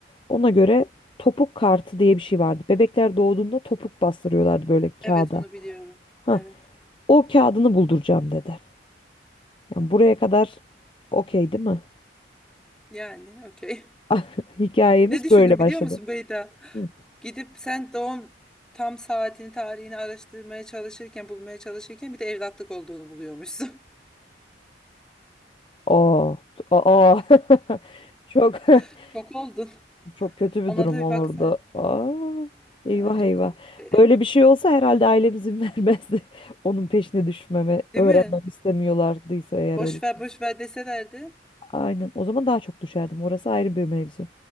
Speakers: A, on the left (about 25°); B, in the centre.
A: ona göre topuk kartı diye bir şey vardı. Bebekler doğduğunda topuk bastırıyorlardı böyle
B: Evet
A: kağıda.
B: onu biliyorum.
A: Ha,
B: Evet.
A: o kağıdını bulduracağım dedi. Yani buraya kadar okey değil mi?
B: Yani okey. <laughs>
A: <laughs> Hikayemiz
B: Ne düşündün
A: böyle başladı.
B: biliyor musun Beyda?
A: Hı.
B: Gidip sen doğum tam saatini tarihini araştırmaya çalışırken bulmaya çalışırken bir de evlatlık olduğunu buluyormuşsun.
A: Aa, aa. <laughs> Çok <laughs>
B: <laughs> Şok oldun.
A: Çok kötü bir
B: Ona
A: durum
B: da
A: olurdu.
B: bir baksaydın.
A: Aa, eyvah
B: Ya, çok
A: eyvah.
B: komik. E, e,
A: Böyle bir şey olsa herhalde ailem izin <laughs> vermezdi. Onun peşine düşmeme,
B: değil
A: öğrenmemi
B: mi?
A: istemiyorlardıysa eğer
B: Boş
A: öyle bir
B: ver
A: şey.
B: boş ver deselerdi.
A: Aynen. O zaman daha çok düşerdim. Orası ayrı bir mevzu.